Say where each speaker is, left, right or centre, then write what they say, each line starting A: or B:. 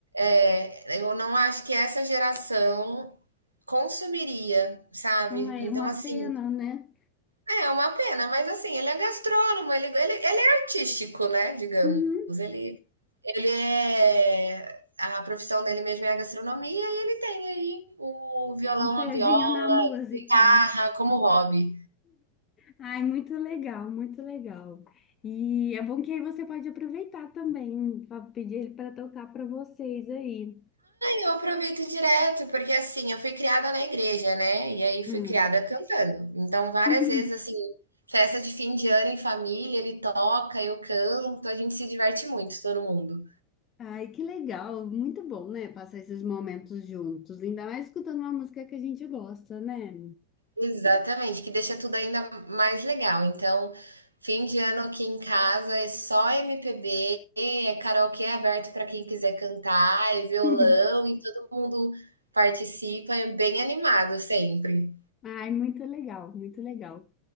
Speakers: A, on the right; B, on the left.
A: é, eu não acho que essa geração consumiria, sabe?
B: Hum, É
A: Então,
B: uma
A: assim,
B: pena, né?
A: é uma pena, mas assim, ele é gastrônomo, ele, ele, ele é artístico, né? Digamos.
B: Uhum.
A: Ele, ele é. A profissão dele mesmo é a gastronomia e ele tem aí o violão,
B: Um pezinho
A: a viola,
B: na música.
A: guitarra como hobby.
B: Ai, muito legal, muito legal. E é bom que aí você pode aproveitar também, pra pedir ele para tocar para vocês aí.
A: Eu aproveito direto, porque assim, eu fui criada na igreja, né? E aí fui
B: Hum.
A: criada cantando. Então, várias
B: <laughs>
A: vezes, assim, festa de fim de ano em família, ele toca, eu canto, a gente se diverte muito, todo mundo.
B: Ai, que legal, muito bom, né? Passar esses momentos juntos, ainda mais escutando uma música que a gente gosta, né?
A: Exatamente, que deixa tudo ainda mais legal. Então, fim de ano aqui em casa é só MPB, é karaokê aberto para quem quiser cantar, é violão
B: <laughs>
A: e todo mundo participa, é bem animado sempre.
B: Ai, muito legal, muito legal.